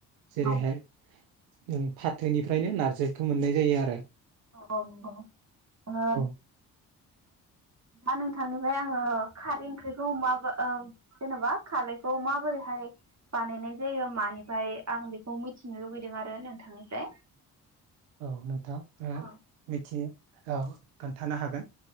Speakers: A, on the right (about 85°); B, on the right (about 40°).
A: जेरैहाय
B: औ
A: फाथोनिफ्रायनो नार्जिखौ मोननाय जायो आरो।
B: औ नंगौ ओ
A: औ
B: दा नोंथांनिफ्राय आङो खारै ओंख्रिखौ माबा ओ जेन'बा खारैखौ माबोरैहाय बानायनाय जायो मानिफ्राय आं बेखौ मिथिनो लुबैदों आरो नोंथांनिफ्राय।
A: औ नोंथां ओ
B: औ
A: मिथियो औ खोन्थानो हागोन।